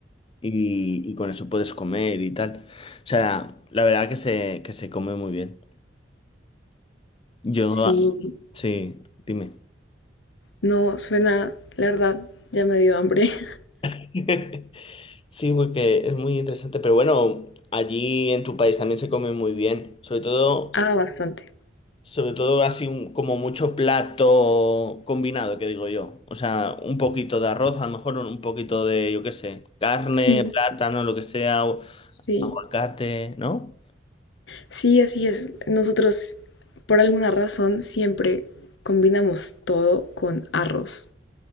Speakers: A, on the left; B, on the left.
A: Y, y con eso puedes comer y tal. O sea, la verdad que se, que se come muy bien. Yo,
B: Sí,
A: sí, dime.
B: no, suena, la verdad, ya me dio hambre. <laughs>
A: <laughs> Sí, porque es muy interesante, pero bueno, allí en tu país también se come muy bien, sobre todo,
B: Ah, bastante.
A: sobre todo así un- como mucho plato combinado, que digo yo, o sea, un poquito de arroz, a lo mejor un poquito de, yo qué sé, carne,
B: Sí,
A: plátano, lo que sea, o
B: sí.
A: aguacate, ¿no?
B: Sí, así es. Nosotros, por alguna razón, siempre combinamos todo con arroz.